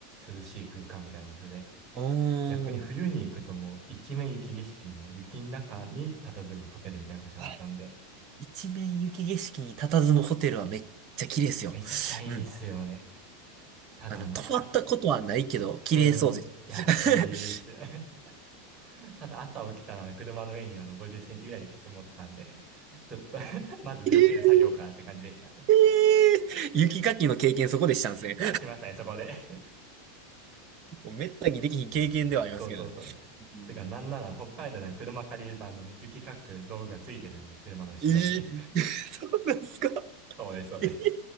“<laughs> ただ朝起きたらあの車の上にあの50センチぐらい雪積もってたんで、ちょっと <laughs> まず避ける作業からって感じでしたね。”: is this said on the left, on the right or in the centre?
Right